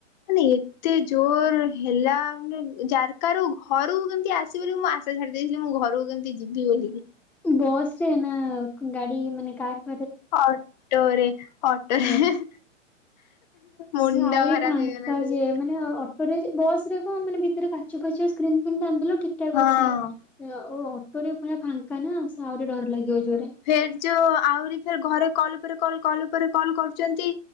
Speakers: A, on the left; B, in the centre.
A: ମାନେ ଏତେ ଜୋର ହେଲା ମାନେ ଜାର୍କାରୁ ଘରକୁ କେମିତି ଆସିବି ବୋଲି ମୁଁ ଆଶା ଛାଡି ଦେଇଥିଲି ମୁଁ ଘରକୁ କେମିତିଯି ଯିବି ବୋଲିିକି।
B: ବସରେ ନା ଗାଡି ମାନେ କାର୍?
A: ଅଟୋରେ ଅଟୋରେ।
B: ଓ
A: ମୁଣ୍ଡ
B: ସିଏ ଆହୁରି
A: ଖରାପ
B: ଫାଙ୍କା
A: ହେଇଗଲା ସବୁ
B: ଯିଏ ମାନେ <unintelligible> ବସ ରେ କଣ ମାନେ ଭିତରେ କାଚ ଫାଚ ସ୍କ୍ରିନ୍ ଫିଁନ୍ ଟାନିଦେଲ ଠିକ ଠାକ୍
A: ହଁ।
B: ଅଛି। ଆଉ ଅଟୋରେ ପୁରା ଫାଙ୍କା ନା ସେ ଆହୁରି ଡର ଲାଗିବ ଜୋରେ।
A: ଫେର୍ ଯୋଉ ଆହୁରି ଫେର୍ ଘରେ କଲ ଉପରେ କଲ କଲ ଉପରେ କଲ୍ କରୁଚନ୍ତି।